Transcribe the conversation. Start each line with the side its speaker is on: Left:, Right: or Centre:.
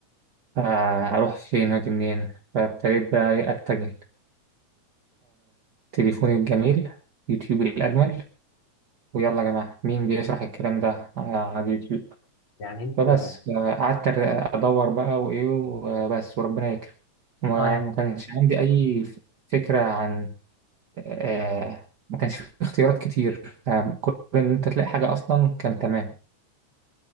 Right: فأروح فين وأجي منين فابتديت بقى إيه أتجه تليفوني الجميل يوتيوب الأجمل ويلا يا جماعة مين بيشرح الكلام ده على اليوتيوب
Left: <laughs> يعني انت
Right: فبس قعدت أدور بقى وإيه وبس وربنا يكرم وما
Left: اه يعني
Right: ما كانش عندي أي ف- فكرة عن آه ما كانش في اختيارات كتير فكل إن أنت تلاقي حاجة أصلا كان تمام